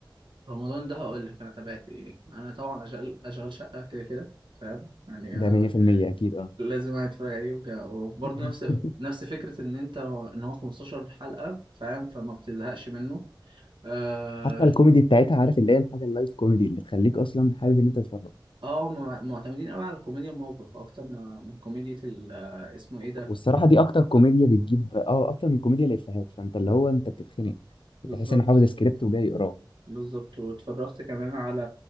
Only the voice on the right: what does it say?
رمضان ده هقول لك انا تابعت ايه انا طبعا اشغال اشغال شقه كده كده فاهم يعني
لازم واحد يتفرج عليه وكده. وبرضه
نفس نفس فكرة إن أنت إن هو 15 حلقة فاهم فما بتزهقش منه آه
آه، هم معتمدين أوي على كوميديا الموقف أكتر ما ما كوميديا ال- آه، اسمه إيه ده
بالظبط
بالظبط واتفرجت كمان على